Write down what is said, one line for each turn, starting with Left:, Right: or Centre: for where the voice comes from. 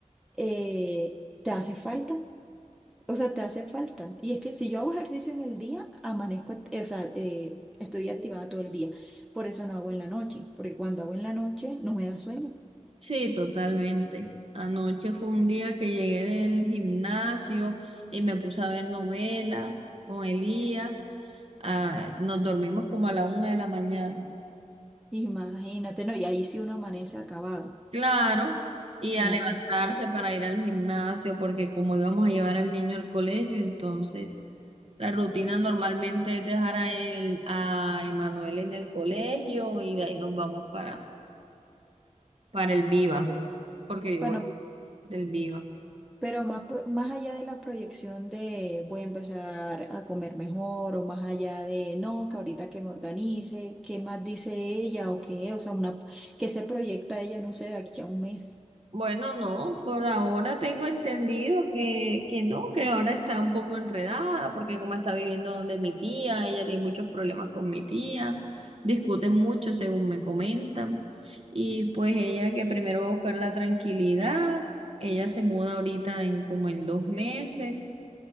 Centre: eh, ¿te hace falta? O sea, te hace falta. Y es que si yo hago ejercicio en el día, amanezco, act- eh, o sea, eh, estoy activada todo el día. Por eso no hago en la noche, porque cuando hago en la noche no me da sueño.
Right: Sí, totalmente. Anoche fue un día que llegué del gimnasio y me puse a ver novelas con Elías. Ah, nos dormimos como a la una de la mañana.
Centre: Imagínate, no, y ahí sí uno amanece acabado,
Right: Claro, y
Centre: uno
Right: a levantarse
Centre: amanece acabado.
Right: para ir al gimnasio, porque como íbamos a llevar al niño al colegio, entonces la rutina normalmente es dejar a él, a Emanuel en el colegio y de ahí nos vamos para, para el Viva, porque yo
Centre: Bueno,
Right: voy del Viva.
Centre: pero más, pro- más allá de la proyección de voy a empezar a comer mejor o más allá de no, que ahorita que me organice, ¿qué más dice ella o qué? O sea, una, que se proyecta ella, no sé, de aquí a un mes.
Right: Bueno, no, por ahora tengo entendido que, que no, que ahora está un poco enredada, porque como está viviendo donde mi tía, ella tiene muchos problemas con mi tía, discuten mucho según me comentan, y pues ella que primero va a buscar la tranquilidad, ella se muda ahorita en como en dos meses,